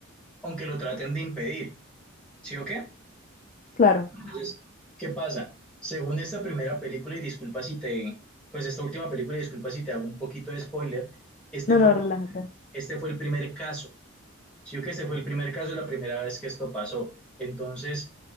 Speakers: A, in the centre; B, on the left (about 40°).
A: aunque lo traten de impedir. ¿Sí o qué?
B: Claro.
A: Entonces, ¿qué pasa? Según esta primera película, y disculpa si te, pues esta última película, y disculpa si te hago un poquito de spoiler, este
B: No,
A: fue,
B: no, relájate.
A: este fue el primer caso Sí, o que ese fue el primer caso, la primera vez que esto pasó. Entonces,